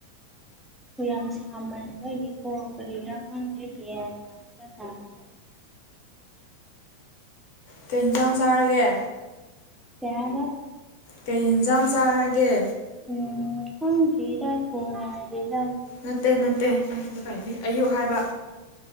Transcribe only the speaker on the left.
ꯀꯩ ꯏꯟꯖꯥꯡ ꯆꯥꯔꯒꯦ
ꯀꯩ ꯌꯦꯟꯖꯥꯡ ꯆꯥꯔꯒꯦ
ꯅꯠꯇꯦ ꯅꯠꯇꯦ ꯑꯩ ꯀꯗꯥꯏꯗꯩ ꯑꯌꯨꯛ ꯍꯥꯏꯕ